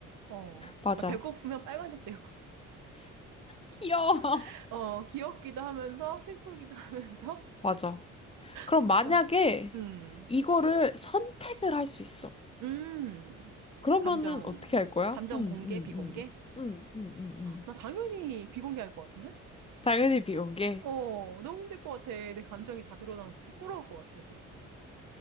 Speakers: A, on the right; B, on the left.
A: 어.
B: 맞아.
A: 막 배고프면 빨간색 되고
B: 귀여워.
A: <laughs>
B: <laughs>
A: 어, 귀엽기도 하면서, 슬프기도 하면서,
B: 맞아. 그럼
A: 진짜.
B: 만약에
A: 음,
B: 이거를 선택을 할 수 있어.
A: 음.
B: 그러면은
A: 감정,
B: 어떻게 할 거야?
A: 감정
B: 응,
A: 공개,
B: 응,
A: 비공개?
B: 응. 응, 응, 응, 응.
A: 나 당연히 비공개할 것 같은데?
B: 당연히 비공개.
A: 어, 너무 힘들 것 같아. 내 감정이 다 드러나면 부끄러울 것 같아, 그리고.